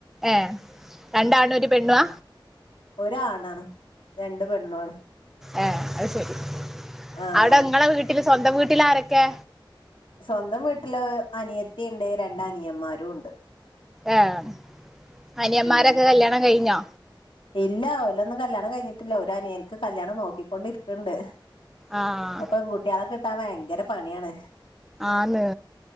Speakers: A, in the centre; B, on the left.
A: ഏഹ് രണ്ടാണും ഒരു പെണ്ണുവാ
B: ഒരാണാണ് രണ്ട് പെണ്ണുആണ്
A: ഏ അത് ശെരി
B: ആഹ്
A: അവിടെ നിങ്ങളെ വീട്ടില് സ്വന്തം വീട്ടിൽ ആരൊക്കെ
B: സ്വന്തം വീട്ടില് അനിയത്തിുണ്ട് രണ്ട് അനിയന്മാരും ഉണ്ട്
A: ആഹ അനിയന്മാരൊക്കെ
B: ഉം
A: കല്യാണം കഴിഞ്ഞാ
B: ഇല്ല ഓലൊന്നും കല്യാണം കഴിഞ്ഞിട്ടില്ല ഒരു അനിയൻക്ക് കല്യാണം നോക്കിക്കൊണ്ടിരിക്കണ്ട്
A: ആഹ്
B: പെൺ കുട്ടിയാളെ കിട്ടാൻ ഭയങ്കര പണിയാണ്
A: ആന്ന്